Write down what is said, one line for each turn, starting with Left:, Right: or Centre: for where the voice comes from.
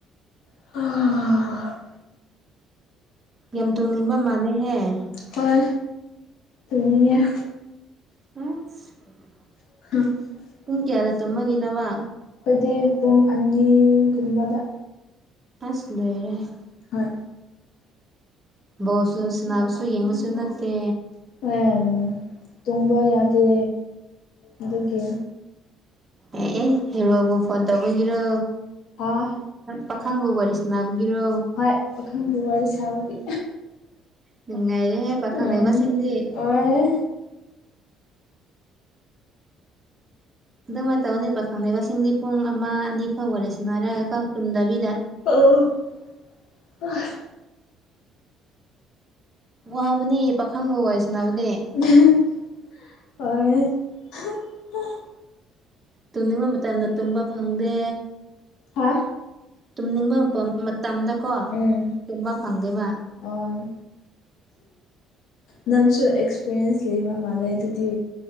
Left: <unintelligible>
Right: ꯌꯥꯝ ꯇꯨꯝꯅꯤꯡꯕ ꯃꯥꯜꯂꯦꯍꯦ
Left: ꯍꯣꯏ <unintelligible>
Right: <unintelligible>
Left: <unintelligible>
Right: ꯄꯨꯡ ꯀꯌꯥꯗ ꯇꯨꯝꯃꯒꯤꯅꯣ ꯃꯥ
Left: ꯑꯩꯈꯣꯏꯗꯤ ꯄꯨꯡ ꯑꯅꯤꯒꯨꯝꯕꯗ
Right: ꯑꯁ ꯂꯣꯏꯔꯦꯍꯦ
Left: ꯍꯣꯏ
Right: ꯕꯣꯜꯁꯨ ꯁꯥꯟꯅꯕꯁꯨ ꯌꯦꯡꯕꯁꯨ ꯅꯠꯇꯦ
Left: <unintelligible> ꯇꯨꯝꯕ ꯌꯥꯗꯦ ꯑꯗꯨꯒꯤ
Right: ꯑꯦ ꯑꯦ ꯍꯦꯔꯣꯕꯨ ꯐꯣꯟ ꯇꯧꯕꯒꯤꯔꯣ?
Left: ꯍꯥꯥ
Right: ꯄꯥꯈꯪꯕꯨ ꯋꯥꯔꯤ ꯁꯥꯟꯅꯕꯒꯤꯔꯣ?
Left: ꯍꯣꯏ ꯄꯥꯈꯪꯒꯤ ꯋꯥꯔꯤ ꯁꯥꯕꯒꯤ
Right: ꯅꯨꯡꯉꯥꯏꯔꯦꯍꯦ ꯄꯥꯈꯪ
Left: ꯎꯝ
Right: ꯂꯩꯕꯁꯤꯡꯗꯤ
Left: ꯑꯣꯏ
Right: ꯑꯗꯨꯃꯥꯏꯅ ꯇꯧꯕꯅꯤ ꯄꯥꯈꯪ ꯂꯩꯕꯁꯤꯡꯗꯤ ꯄꯨꯡ ꯑꯃ ꯑꯅꯤ ꯐꯥꯎ ꯋꯥꯔꯤ ꯁꯥꯟꯅꯔꯒ ꯀꯣ ꯇꯨꯝꯗꯕꯤꯗ
Left: <unintelligible>
Right: ꯋꯥꯕꯅꯦ ꯄꯥꯈꯪꯕꯨ ꯋꯥꯔꯤ ꯁꯥꯅꯕꯗꯤ
Left: <unintelligible> ꯍꯣꯏ <unintelligible>
Right: ꯇꯨꯝꯅꯤꯡꯕ ꯃꯇꯝꯗ ꯇꯨꯝꯕ ꯐꯪꯗꯦ
Left: ꯍꯥ
Right: ꯇꯨꯝꯅꯤꯡꯕ ꯃꯄꯝ ꯃꯇꯝꯗꯀꯣ
Left: ꯎꯝ
Right: ꯇꯨꯝꯕ ꯐꯪꯗꯦꯕ
Left: ꯑꯣꯏ ꯅꯪꯁꯨ ꯑꯦꯛꯁꯄꯤꯔꯤꯌꯦꯟꯁ ꯂꯩꯕ ꯃꯥꯜꯂꯦ ꯑꯗꯨꯗꯤ